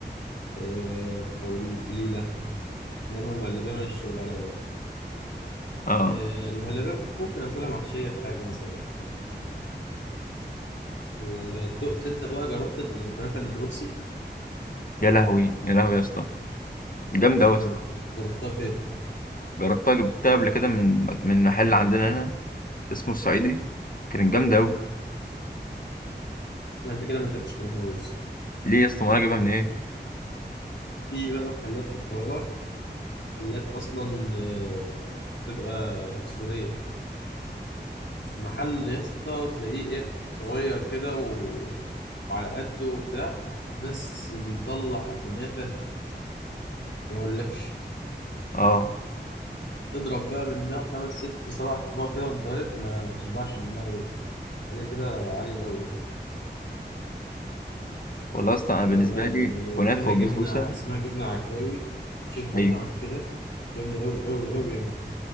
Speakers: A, on the left; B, on the left.
A: آه، او البليله انما المهلبيه ماليش شغل عليها أوي.
B: اه
A: آه، المهلبيه ممكن اكلها محشيه في حاجه مثلا أو حاجه ودقت انت بقى جربت الكنافه النابلسي
B: يا لهوي يا لهوي يا اسطى جامدة أوي يا اسطى
A: مم. جربتها فين؟
B: جربتها جبتها قبل كده من من محل عندنا هنا اسمه الصعيدي كانت جامدة أوي
A: ما انت كده ما اكلتش كنافه نابلسي
B: ليه يا اسطى ما أنا جايبها من إيه
A: في بقى محلات في القاهره محلات اصلا آه، بتبقى سوريه محل يا اسطى تلاقيه ايه صغير كده و... وعلى قده وبتاع بس بيطلع كنافه ما اقولكش
B: اه
A: تضرب بقى منها خمس ست سبع اطباق كده وانت واقف ما تشبعش منها ابدا حاجه كده عاليه قوي يعني.
B: والله يا اسطى أنا بالنسبة
A: تبقى ال-
B: لي كنافة
A: فيها جبنه
B: وبسبوسة
A: اسمها جبنه عكاوي تشد معاك
B: أيوة
A: كده جامده قوي قوي قوي يعني